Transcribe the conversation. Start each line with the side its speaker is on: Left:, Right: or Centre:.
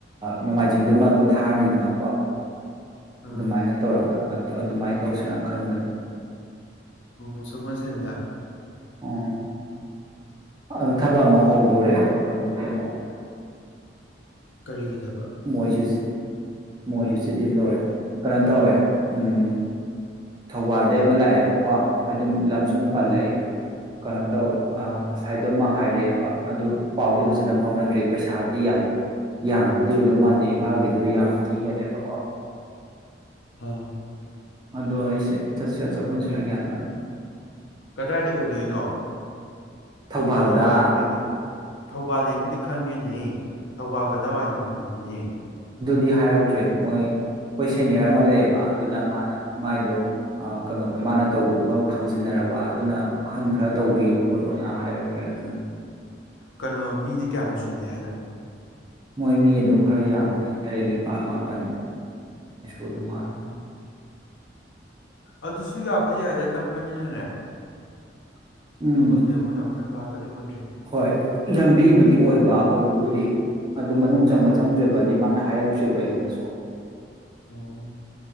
Right: ꯅꯣꯡꯃꯥꯏꯖꯤꯡꯗꯨꯃ ꯑꯗꯨꯝ ꯊꯥꯔꯅꯤꯗꯅꯀꯣ
Left: ꯑ
Right: ꯑꯗꯨꯃꯥꯏꯅ ꯇꯧꯔꯒ ꯑꯗꯨ ꯑꯗꯨꯃꯥꯏꯅ ꯇꯧꯁꯤꯜꯂꯥꯅ ꯈꯟꯕꯅꯤ
Left: ꯎ ꯁꯒꯟ ꯁꯦꯟꯖ
Right: ꯑꯝ ꯑꯗꯨ ꯊꯕꯛ ꯑꯃ ꯍꯧꯗꯣꯔꯦ ꯀꯩꯅꯣꯒꯤ ꯑꯃꯨꯛ
Left: ꯀꯔꯤꯒꯤ ꯊꯕꯛ
Right: ꯃꯣꯏꯁꯨꯁ ꯃꯣꯏꯁꯨ ꯆꯤꯠꯂꯤꯅ ꯂꯣꯏꯦ ꯀꯩꯅꯣ ꯇꯧꯋꯦ ꯎꯝ ꯊꯧꯕꯥꯜꯗꯩ ꯑꯃ ꯂꯥꯛꯑꯦꯕꯀꯣ ꯑꯗꯨꯝ ꯂꯝ ꯇꯨꯝ ꯄꯜꯏ
Left: ꯑ
Right: ꯀꯩꯅꯣ ꯇꯧꯋꯦ ꯉꯁꯥꯏꯗꯣ ꯑꯃ ꯍꯥꯏꯔꯛꯑꯦꯕ ꯑꯗꯨ ꯄꯥꯎꯗꯤ ꯐꯖꯅ ꯐꯥꯎꯅꯗ꯭ꯔꯤ ꯄꯩꯁꯥꯗꯤ ꯌꯥꯝ ꯌꯥꯝꯕꯗꯤ ꯑꯣꯏꯗꯧ ꯃꯥꯟꯗꯦ ꯏꯝꯐꯥꯜꯒꯤꯗꯨꯗ ꯌꯥꯝꯕꯗꯤ ꯍꯦꯜꯂꯦꯕꯀꯣ
Left: ꯑꯥ
Right: <unintelligible> ꯗꯣ ꯑꯩꯁꯦ ꯆꯠꯁꯤꯇꯥ ꯆꯇꯀꯨꯃꯁꯤꯔꯥ ꯒꯌ꯭ꯥꯟ
Left: ꯀꯗꯥꯏꯗ ꯑꯣꯏꯗꯣꯏꯅꯣ?
Right: ꯊꯧꯕꯥꯜꯗ
Left: ꯀꯗꯥꯋꯥꯏꯗ ꯑꯣꯏꯒꯦꯕ? ꯊꯧꯕꯥꯜ ꯂꯩꯕꯨꯗꯤ ꯈꯪꯉꯦꯅ ꯍꯤ꯫ ꯊꯧꯕꯥꯜꯀꯗ ꯋꯥꯏꯅꯣ ꯍꯪꯕꯅꯤꯅꯦ꯫
Right: ꯗꯤ ꯍꯥꯏꯔꯛꯇ꯭ꯔꯦ ꯃꯣꯏ ꯑꯩꯈꯣꯏ ꯁꯦꯅꯤꯌꯔ ꯑꯃ ꯂꯩꯌꯦꯕ ꯑꯗꯨꯅ ꯃꯥꯅ ꯃꯥꯏꯗꯣ ꯀꯩꯅꯣꯗꯣ ꯃꯥꯅ ꯇꯧꯕꯗꯨꯒ ꯐꯥꯡꯖꯤꯟꯅꯔꯕ ꯑꯗꯨꯅ ꯑꯍꯟ ꯈꯔ ꯇꯧꯕꯤꯌꯨ ꯈꯣꯠꯂꯣꯅ ꯍꯥꯏꯔꯛꯑꯦ ꯑꯗꯨꯅ
Left: ꯀꯩꯅꯣ ꯃꯤꯗꯤ ꯀꯌꯥꯃꯨꯛ ꯁꯨꯅꯤ ꯍꯥꯏꯅꯣ?
Right: ꯃꯣꯏ ꯃꯤ ꯑꯗꯨꯝ ꯈꯔ ꯌꯥꯝꯕꯅꯤ ꯇꯔꯦꯠ ꯅꯤꯄꯥꯜ ꯃꯥꯄꯜ ꯑꯗꯨꯃꯥꯏ
Left: ꯎꯝ
Right: <unintelligible>
Left: ꯑꯗꯨꯁꯨ ꯌꯥꯕꯗꯤ ꯌꯥꯏꯗ ꯅꯛꯄꯅꯤꯅꯅꯦ꯫ <unintelligible>
Right: ꯎꯝ
Left: ꯑꯃꯨꯛ ꯌꯥꯝ ꯀꯟꯅꯥ ꯂꯥꯞ ꯑꯗꯨ ꯑꯣꯏ
Right: ꯍꯣꯏ꯫ ꯂꯝꯕꯤꯕꯨꯗꯤ ꯑꯣꯏꯕ ꯑꯣꯏꯕꯕꯨꯗꯤ ꯑꯗꯨ ꯃꯅꯨꯡ
Left: ꯎꯝ
Right: ꯆꯪꯕ ꯆꯪꯗ꯭ꯔꯦꯕꯗꯤ ꯃꯥ ꯅ ꯍꯥꯢꯔꯛ ꯇꯔ꯭ꯤꯕꯥ ꯑꯩꯉꯣꯟꯗ
Left: ꯑꯣ꯫